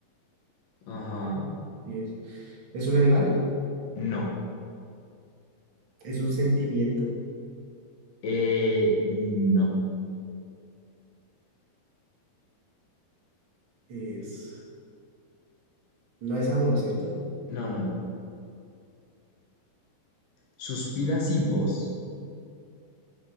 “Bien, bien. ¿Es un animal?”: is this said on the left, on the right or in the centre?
Right